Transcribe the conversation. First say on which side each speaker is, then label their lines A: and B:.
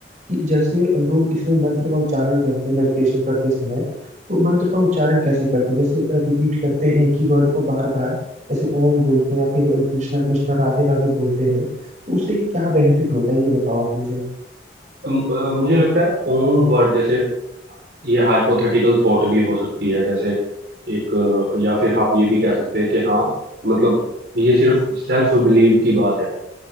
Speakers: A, on the right (about 40°); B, on the right (about 60°).
A: कि जैसे लोग इसमें मंत्र का उच्चारण करते हैं मेडिटेशन करते समय तो मंत्र का उच्चारण कैसे करते हैं जैसे रिपीट करते हैं एक ही वर्ड को बार बार जैसे ओम बोलते हैं या फिर कृष्णा कृष्णा राधे राधे बोलते हैं तो उससे क्या बेनिफिट होता है ये बताओ आप मुझे
B: अम, अ, मुझे लगता है ओम वर्ड जैसे ये हाइपोथेटिकल थॉट भी हो सकती है जैसे एक अ, या फिर आप ये भी कह सकते हैं कि हाँ मतलब ये सिर्फ सेल्फ बिलीव की बात है